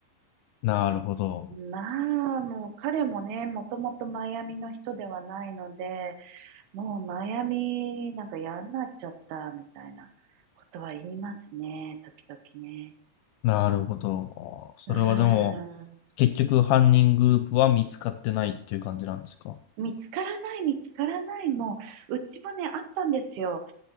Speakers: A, on the left (about 85°); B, on the right (about 80°).
A: なるほど。
B: まあ、もう彼もね、もともとマイアミの人ではないので、もうマイアミなんか嫌になっちゃったみたいなことは言いますね、時々ね。
A: なるほど。それはでも、
B: うーん。
A: 結局犯人グループは見つかってないっていう感じなんですか
B: 見つからない、見つからない、もう、うちもね、あったんですよ。